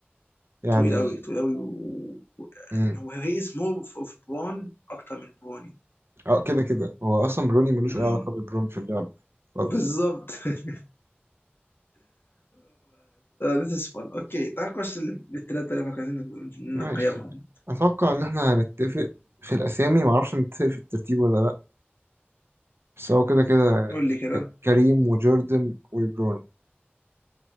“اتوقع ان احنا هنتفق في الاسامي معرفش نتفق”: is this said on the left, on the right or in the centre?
Right